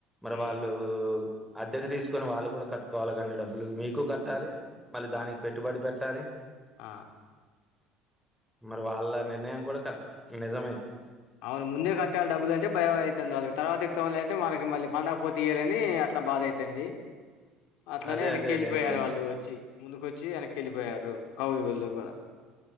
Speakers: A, in the centre; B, on the left (about 75°).
A: మరి
B: హ్మ్.
A: వాళ్ళు అద్దెకు తీస్కొని వాళ్ళు కూడా కట్టుకోవాలేకాండి డబ్బులు మీకు కట్టాలి మళ్ళీ దానికి
B: ఆ!
A: పెట్టుబడి పెట్టాలి
B: ఆ!
A: మరి వాళ్ళ నిర్ణయం కూడా కరెక్ట్ నిజమే
B: అవును ముందే కట్టాల్ డబ్బులు అంటే భయం అయి తంది వాళ్ళకి తర్వాత ఇత్తంలే అంటే మనకి మళ్ళీ పండక పోత ఇయరని అట్లా బాధ అయి తంది అట్లానే
A: అదే
B: వెనక్కి
A: అదే
B: వెళ్ళిపోయారు
A: లేండి
B: వాళ్ళు వ చ్చి ముందుకు వచ్చి వెనక్కి వెళ్ళిపోయారు కౌలుగోళ్ళు గూడ